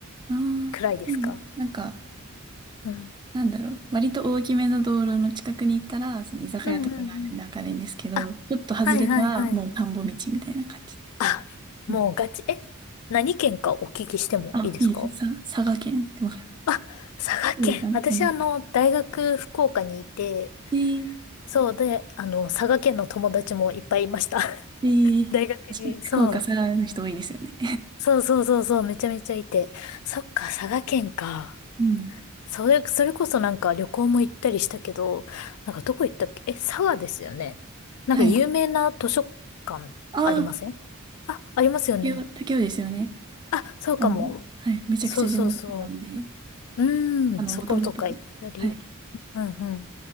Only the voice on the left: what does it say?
暗いですか
うん。
うんうんうん。あ、
はいはいはい。あ、もうガチ。
え、何県かお聞きしてもいいですか
あ、佐賀県。
私あの、大学福岡にいて、
そうで、あの、佐賀県の友達もいっぱいいました。<laughs>
大学に、そう。そうそうそうそう、めちゃめちゃいて。そっか、佐賀県か。
それ、それこそなんか旅行も行ったりしたけど、なんかどこ行ったっけえ、佐賀ですよね。なんか有名な図書館ありません
あ、ありますよね。
あ、そうかも。
そうそうそう。うん、
そことか行ったり、
うんうん、